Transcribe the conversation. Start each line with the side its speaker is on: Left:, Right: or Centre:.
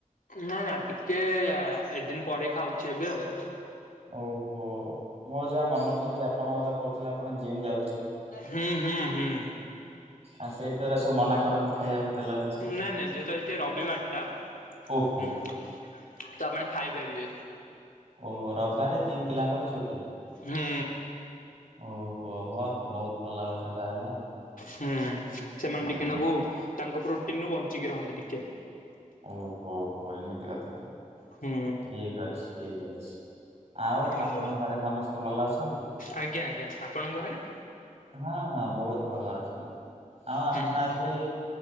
Left: ନା ନା ଟିକେ ଏ ଦିନ ପରେ ଖାଉଚି ଏବେ ଆଉ।
Right: ଓହୋ ମୋର ଯାହା ମନେ ପଡୁଚି ଆପଣ ମତେ କହୁଥିଲା ଆପଣ ଜିମ୍ ଯାଉଥିଲେ
Left: ହୁଁ ହୁଁ ହୁଁ
Right: ଆଉ ସେଇଠି ଏତା ସବୁ ମନା କରନ୍ତି ଖାଇବାକୁ। ତେଲ ଜିନିଷ।
Left: ନାଇଁ ନାଇଁ ଯେହେତୁ ଆଜି ଟିକେ ରବିବାରଟା ହୁଁ
Right: ଓହୋ
Left: ତପାଇ ଆପଣ ଖାଇପାରିବେ।
Right: ଓ ରବିବାରେ ଜିଉ ପିଲାଙ୍କର ଛୁଟି।
Left: ହୁଁ
Right: ଓହୋ ହ ବୋହୁତ ଭଲ କଥା ତାହେଲେ ଆଉ।
Left: ହୁଁ ସେମାନେ
Right: ହୁଁ
Left: ଟିକେ ନାକୁ ତାଙ୍କ ପ୍ରୋଟିନରୁୁ ବଞ୍ଚିକି ରହନ୍ତି ଟିକେ।
Right: ଓହୋ ହୋ ଏମିତି କଥା
Left: ହୁଁ
Right: ଠିକ ଅଛି ଠିକ ଅଛି। ଆଉ
Left: ହୁଁ।
Right: ଆପଣଙ୍କ ଘରେ ସମସ୍ତେ ଭଲ ଅଛନ୍ତି?
Left: ଆଜ୍ଞା ଆଜ୍ଞା ଆପଣଙ୍କ ଘରେ?
Right: ହଁ ହଁ ବହୁତ ଭଲ ଅଛନ୍ତି ଆଉ ଆପଣ
Left: ହୁଁ
Right: ଆଜି